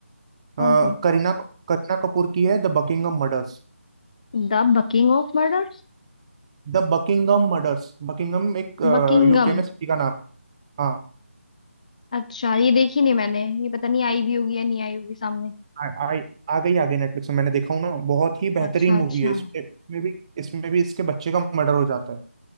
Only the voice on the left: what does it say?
कौन
सी
The bucking of murder
Buckingham
अच्छा ये देखी नहीं मैंने ये पता नहीं आई भी होगी या नहीं आई होगी सामने
अच्छा
अच्छा